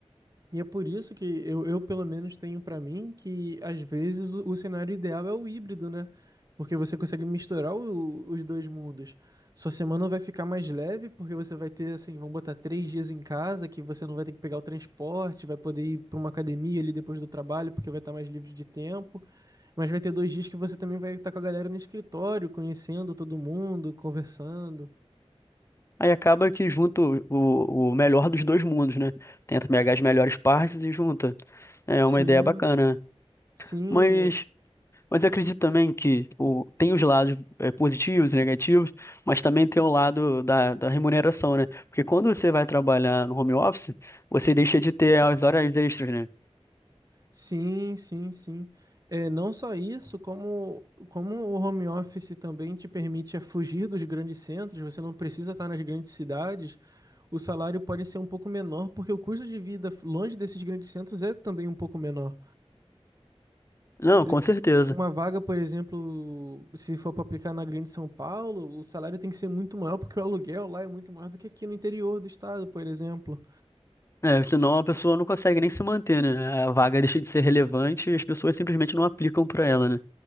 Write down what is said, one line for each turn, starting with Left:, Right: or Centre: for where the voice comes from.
Right: E é por isso que eu, eu pelo menos, tenho pra mim que, às vezes, o, o cenário ideal é o híbrido, né? Porque você consegue misturar o- os dois mundos. Sua semana vai ficar mais leve, porque você vai ter, assim, vamos botar três dias em casa, que você não vai ter que pegar o transporte, vai poder ir pra uma academia ali depois do trabalho, porque vai estar mais livre de tempo. Mas vai ter dois dias que você também vai estar com a galera no escritório, conhecendo todo mundo, conversando.
Left: Aí acaba que junta o, o o melhor dos dois mundos, né? Tenta pegar as melhores partes e junta. É
Right: Sim,
Left: uma ideia bacana. né?
Right: sim.
Left: Mas,
Right: é,
Left: mas eu acredito também que o, tem os lados é, positivos e negativos, mas também tem o lado da, da remuneração, né? Porque quando você vai trabalhar no home office, você deixa de ter as horas extras, né?
Right: Sim, sim, sim. É, não só isso, como, como o home office também te permite fugir dos grandes centros, você não precisa estar nas grandes cidades, o salário pode ser um pouco menor, porque o custo de vida longe desses grandes centros é também um pouco menor.
Left: Não,
Right: Por
Left: com
Right: ex-
Left: certeza.
Right: uma vaga, por exemplo, se for para aplicar na Grande São Paulo, o salário tem que ser muito maior, porque o aluguel lá é muito maior do que aqui no interior do estado, por exemplo.
Left: É, senão a pessoa não consegue nem se manter, né? A vaga deixa de ser relevante e as pessoas simplesmente não aplicam para ela, né?